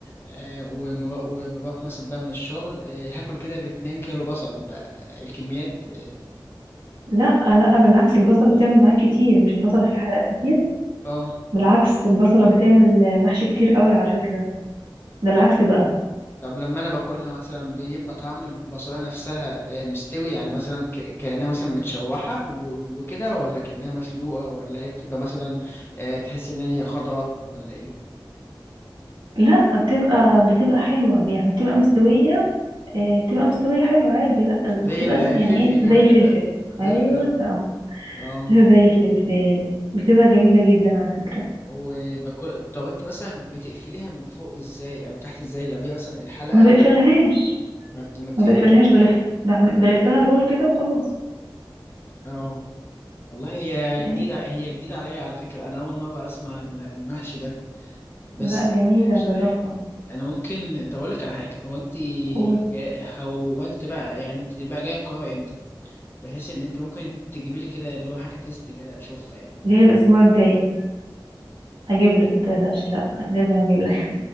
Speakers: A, on the left; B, on the right.
A: آه وم- وبروح مثلا بقى من الشغل آه هاكل كده باتنين كيلو بصل بقى الكميات اه
B: لا لا بالعكس البصلة بتعمل معاك كتير مش البصلة فيه حلقات كتير
A: آه.
B: بالعكس البصلة بتعمل محشي كتير قوي على فكرة ده العكس
A: طب
B: بقى
A: طب لما انا باكلها مثلا بيبقى طعم البصلايه نفسها آه مستوي يعني مثلا ك- كانها مثلا متشوحه و- وكده ولا كانها مسلوقه ولا هي بتبقى مثلا آه تحس ان هي خضره ولا ايه
B: لا بتبقى بتبقى حلوة يعني بتبقى مستوية آه، بتبقى مستوية حلوة عادي لا
A: زي
B: بتبقى
A: ال-
B: ز-
A: الفلفل
B: يعني ايه
A: يعني
B: زي الفلفل
A: كده زي
B: ايوه
A: الفلفل
B: اهو
A: اه
B: <laughs> زي الفلفل بتبقى جميلة جدا على فكرة
A: وباكل طب انت مثلا بتقفليها من فوق ازاي او تحت ازاي لو هي مثلا الحلقة
B: ما بقفلهاش
A: ما بت... ما بتقفلهاش
B: ما بقفلهاش بلف بعمل- بلفها رول كده وخلاص
A: اه والله هي جديدة
B: آه،
A: هي جديدة عليا على فكرة انا اول مرة اسمع ال- المحشي ده بس
B: لا جميلة
A: قشطة
B: جربها
A: يعني انا ممكن طب اقول لك على حاجة هو انت
B: قول
A: اه، هو انت بقى يعني انت بقى جاية القاهرة امتى بحيث ان انت ممكن تجيبي لي كده اللي هو حاجة تيست كده اشوفها يعني
B: جاي
A: اه،
B: الاسبوع الجاي هجيب لك متقلقش لا لازم اجيب لك